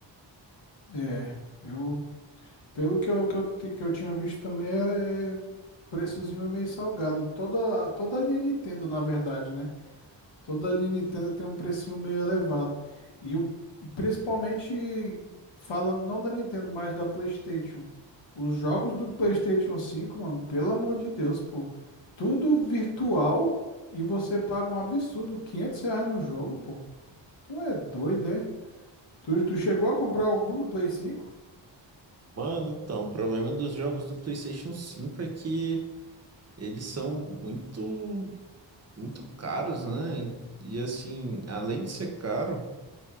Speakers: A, on the left; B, on the right.
A: É, eu, pelo que eu, que eu, ti- que eu tinha visto também, é, é o preçozinho é meio salgado. Toda, toda a linha Nintendo, na verdade, né? Toda a linha Nintendo tem um precinho meio elevado. E, o, e principalmente, falando não da Nintendo, mas da PlayStation. Os jogos do PlayStation 5, mano, pelo amor de Deus, pô. Tudo virtual e você paga um absurdo, 500 reais no jogo, pô. Tu é doido, é? Tu, tu chegou a comprar algum do Play 5?
B: Mano, então, o problema dos jogos do PlayStation cinco é que eles são muito muito caros, né? E assim, além de ser caro,